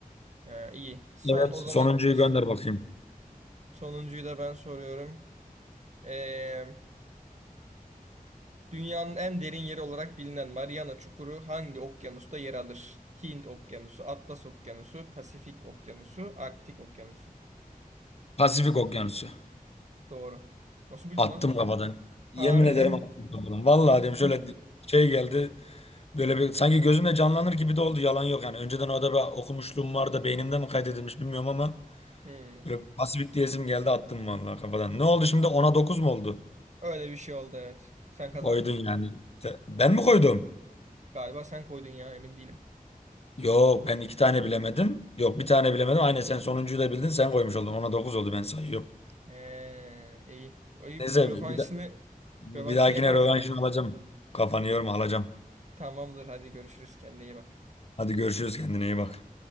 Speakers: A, on the right; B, on the left.
A: Ha, iyi. Son
B: Evet.
A: o
B: Sonuncuyu
A: zaman s-
B: gönder bakayım.
A: sonuncuyu da ben soruyorum. Ee, dünyanın en derin yeri olarak bilinen Mariana Çukuru hangi okyanusta yer alır? Hint Okyanusu, Atlas Okyanusu, Pasifik Okyanusu, Arktik Okyanusu.
B: Pasifik Okyanusu.
A: Doğru. Nasıl bildin
B: Attım
A: lan tekte?
B: kafadan. Yemin
A: Harbi
B: ederim
A: mi?
B: attım kafadan. Vallahi
A: <laughs>
B: diyorum şöyle şey geldi. Böyle bir sanki gözümle canlanır gibi de oldu. Yalan yok yani. Önceden orada bir okumuşluğum var da beynimde mi kaydedilmiş bilmiyorum ama
A: Hmm.
B: böyle pasifik diyesim geldi attım vallahi kafadan. Ne oldu şimdi? ona dokuz mu oldu?
A: Öyle bir şey oldu evet. Sen kazandın.
B: Koydun yani. Te- Ben mi koydum?
A: Galiba sen koydun ya emin değilim.
B: Yok ben iki tane bilemedim. Yok bir tane bilemedim. Aynen sen sonuncuyu da bildin sen koymuş oldun. Ona 9 oldu ben sayıyorum.
A: Ee, iyi. İyi
B: Neyse
A: bunun rövanşını
B: bir, da- bir
A: rövanşını
B: dahakine
A: yaparız
B: rövanşını
A: ama.
B: alacağım. Kafanı yorma alacağım.
A: Tamamdır hadi görüşürüz kendine iyi bak.
B: Hadi görüşürüz kendine iyi bak.